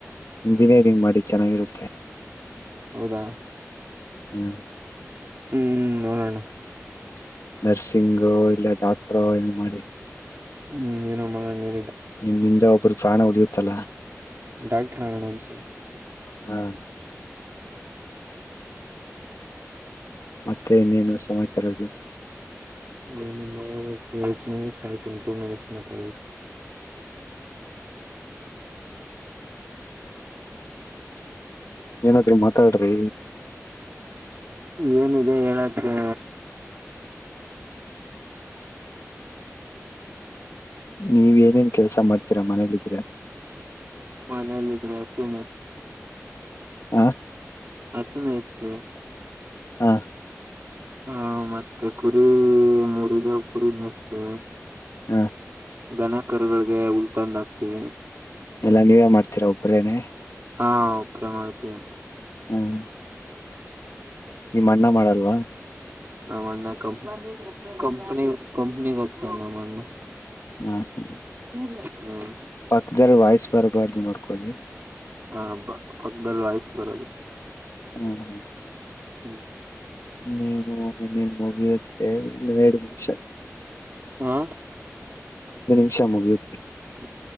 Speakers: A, on the left (about 75°); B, on the right (about 45°).
A: ಇಂಜಿನಿಯರಿಂಗ್ ಮಾಡಿ ಚೆನ್ನಾಗಿರುತ್ತೆ
B: ಹೌದಾ...
A: ಊಂ
B: ಊಂ ನೋಡೋಣ
A: ನರ್ಸಿಂಗು ಇಲ್ಲ ಡಾಕ್ಟ್ರ ಏನ್ ಮಾಡಿ
B: ಊಂ ಏನೋ ಮಾಡೋಣ ನೀ
A: ನಿಮ್ಮಿಂದ ಒಬ್ಬರು ಪ್ರಾಣ ಉಳಿಯುತ್ತೆ ಅಲ
B: ಡಾಕ್ಟರ್ ಅಗನ ಅಂತ
A: ಹಾ.... ಮತ್ತೆ ಇನ್ನೇನು ಸಮಾಚಾರಗಳು
B: ನೀನಿನ್ನು ಸೆವೆನ್ ಮಿನಿಟ್ ಕಳೆತು ಇನ್ನೂ ಟು ಮಿನಿಟ್ಸ್ ಮಾತಡ
A: ಏನಾದ್ರೂ ಮಾತಾಡ್ರಿ
B: ಏನಿದೆ ಹೇಳಕ್ಕೆ
A: ನೀವ್ ಏನೇನ್ ಕೆಲ್ಸ ಮಾಡ್ ಡ್ತೀರಾ ಮನೇಲಿ ಇದ್ರೆ
B: ಮನೇಲಿ ಇದ್ರೆ ಅತಿನಿ
A: ಹ..
B: ಆಸೀನ ಇಚೆ
A: ಹಾ...
B: ಹಾ... ಮತ್ತೆ ಕುರಿ ಮೂರು ಇದಾವೆ ಕುರಿ ಮೇಕೆ
A: ಆ...
B: ದನ ಕರುಗಳಗೆ ಹುಲ್ಲೂ ತಂದು ಅಕ್ತಿವಿ
A: ಎಲ್ಲಾ ನೀವೇ ಮಾಡ್ತೀರಾ ಒಬರೇನೆೇ
B: ಹಾ ಒಬ್ನೇ ಮಾಡ್ತೀವಿ
A: ಊಂ... ನೀಮ ಅಣ್ಣ ಮಾಡಲ್ವಾ
B: ನಮಣ್ಣ ಕಂ ಕಂಪ ಕಂಪನಿ ಹೋಗುತ್ತಾನೆ ನಮ್ ಅಣ್ಣ
A: ಹ.... ಸರಿ
B: ಹ...
A: ಪಕ್ಕದಲ್ಲಿ ವಾಯ್ಸ್ ಬರಬಾರದು ನೋಡ್ಕೊಳ್ಳಿ
B: ಹ ಪ ಪಕ್ಕದಲ್ಲಿ ವಯಸ್ ಬರೋದು
A: ಹ್ಮ ಹ
B: ಹ್ಮ
A: ನೀನು ಇನ್ನೇನ್ ಮುಗಿಯುತ್ತೆ ರೆಡಿ ಶಕ್
B: ಹಾ <inaudible>
A: ವಿಷ ಮುಗಿಯುತ್ತೆ
B: <inaudible>